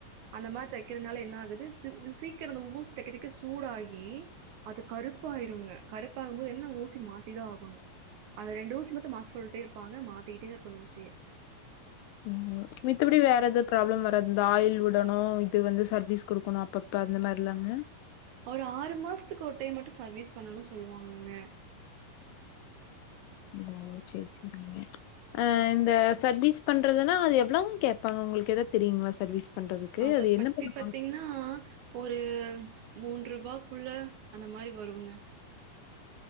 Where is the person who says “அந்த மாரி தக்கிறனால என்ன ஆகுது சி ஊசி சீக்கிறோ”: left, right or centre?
Right